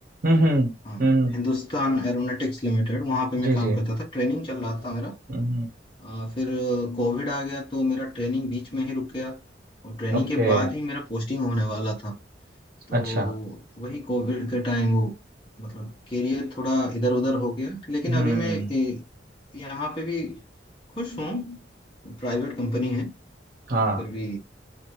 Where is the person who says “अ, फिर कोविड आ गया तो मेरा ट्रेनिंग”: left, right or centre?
Left